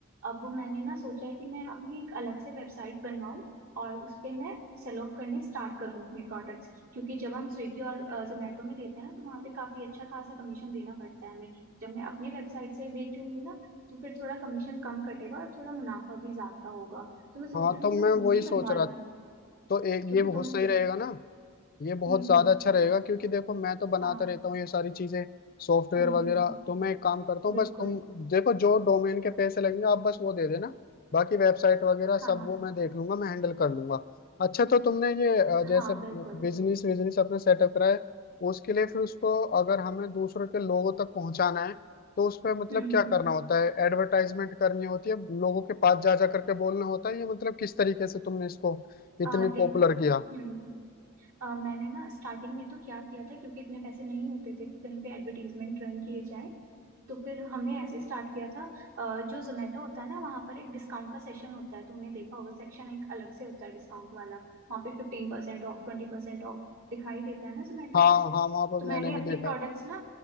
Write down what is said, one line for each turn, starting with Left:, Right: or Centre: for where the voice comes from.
Right: अब मैंने ना सोचा है कि मैं अपनी एक अलग से वेबसाइट बनवाऊं और उस पे मैं सेल ऑफ करने स्टार्ट करूं अपने प्रोडक्ट्स क्योंकि जब हम स्विगी और जोमेटो में देते हैं ना तो वहाँ पे काफी अच्छा खासा कमीशन देना पड़ता है हमें जब मैं अपनी वेबसाइट से बेचूंगी ना तो फिर थोड़ा कमीशन कम कटेगा और थोड़ा मुनाफा भी ज्यादा होगा तो मैं सोच
Left: हाँ
Right: रही
Left: तो
Right: हूँ कि
Left: मैं
Right: मैं तुमसे
Left: वही
Right: ही
Left: सोच
Right: बनवा
Left: रहा
Right: लूँ
Left: था तो ए,
Right: क्योंकि
Left: ये बहुत
Right: तुम
Left: सही
Right: एक
Left: रहेगा ना ये बहुत
Right: हम्म
Left: ज्यादा
Right: हम्म
Left: अच्छा रहेगा क्योंकि देखो मैं तो बनाता
Right: हाँ
Left: रहता हूँ ये सारी चीजें सॉफ्टवेयर
Right: हम्म
Left: वगैरह
Right: हम्म
Left: तो मैं एक काम करता हूँ
Right: बिल्कुल
Left: बस तुम देखो जो डोमेन के पैसे लगेंगे आप बस वो दे देना बाकी वेबसाइट वगैरह सब
Right: हाँ हाँ
Left: वो मैं देख लूंगा मैं हैंडल कर लूंगा अच्छा तो तुमने ये अ, जैसे
Right: हाँ बिल्कुल
Left: बिजनेस बिजनेस अपने सेटअप करा है उसके लिए फिर उसको अगर हमें दूसरों के लोगों तक पहुंचाना है तो उस पर मतलब
Right: हम्म
Left: क्या
Right: हम्म
Left: करना होता है एडवर्टाइजमेंट करनी होती है लोगों के पास जा जा करके बोलना होता है ये मतलब किस तरीके से तुमने इसको इतने
Right: आ देखो
Left: पॉपुलर किया
Right: हम्म हम्म अ, मैंने ना स्टार्टिंग में तो क्या किया था क्योंकि इतने पैसे नहीं होते थे कि कहीं पे एडवर्टीजमेंट रन किए जाएं तो फिर हमने ऐसे स्टार्ट किया था अ, जो जोमेटो होता है ना वहाँ पर एक डिस्काउंट का सेशन होता है तुमने देखा होगा सेक्शन एक अलग से होता है डिस्काउंट वाला वहाँ पे फिफ्टीन परसेंट ऑफ ट्वेंटी परसेंट ऑफ दिखाई देता है ना जोमेटो
Left: हाँ
Right: पे
Left: हाँ वहां पर
Right: तो मैंने
Left: मैंने भी
Right: अपने
Left: देखा
Right: प्रोडक्ट्स
Left: है।
Right: ना